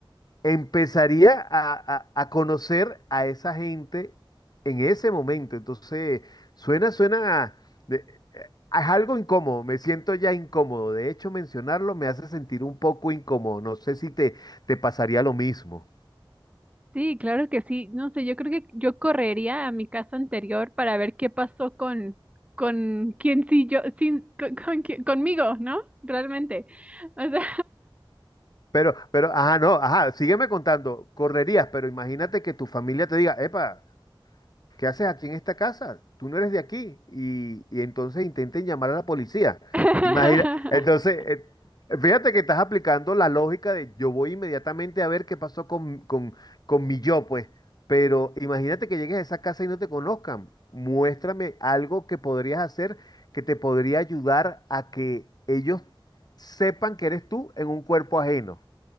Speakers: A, on the left; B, on the right.
A: empezaría a, a- a conocer a esa gente en ese momento. Entonces suena, suena, a- de- eh, es algo incómodo, me siento ya incómodo. De hecho, mencionarlo me hace sentir un poco incómodo. No sé si te, te pasaría lo mismo.
B: Sí, claro que sí. No sé, yo creo que yo correría a mi casa anterior para ver qué pasó con, con quién sí yo, sin, con, con qui- conmigo, ¿no? Realmente. O sea,
A: Pero, pero, ajá, no, ajá, sígueme contando, correrías, pero imagínate que tu familia te diga, epa, ¿qué haces aquí en esta casa? Tú no eres de aquí. Y, y entonces intenten llamar a la policía.
B: <laughs>
A: Imagina, entonces, eh, fíjate que estás aplicando la lógica de yo voy inmediatamente a ver qué pasó con, con, con mi yo, pues. Pero imagínate que llegues a esa casa y no te conozcan. Muéstrame algo que podrías hacer que te podría ayudar a que ellos sepan que eres tú en un cuerpo ajeno.